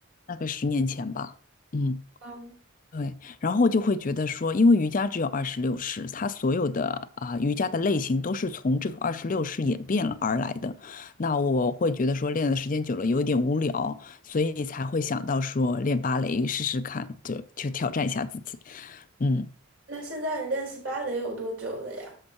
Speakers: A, on the left; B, on the right.
A: 大概十年前吧。嗯。
B: 啊，
A: 对，然后就会觉得说，因为瑜伽只有二十六式，它所有的啊、瑜伽的类型都是从这个二十六式演变了而来的。那我会觉得说，练的时间久了有一点无聊，所以才会想到说练芭蕾试试看，就就挑战一下自己。嗯，
B: 那现在你练习芭蕾有多久了呀？